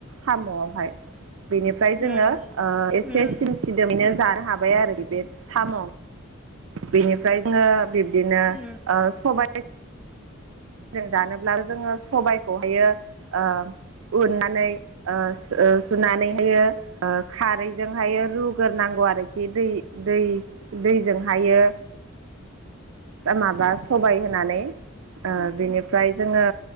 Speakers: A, on the right (about 70°); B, in the centre.
A: साम'आवहाय बेनिफ्राय
B: उम
A: जोंङो ओ एसे
B: उम
A: सिम
B: उम
A: सिदोमैनो जा हाबाय आरो बे साम' बेनिफ्राय जोङो बिब्दिनो ओ
B: उम
A: सबाय जों जानोब्लाबो जोंङो सबायखौहायो ओ उननानै ओ ओ सुनानै होयो ओ खारैजोंहाय रुग्रोनांगौ आरोखि दै दै दैजोंहायो माबा सबाय होनानै ओ बिनिफ्राय जोंङो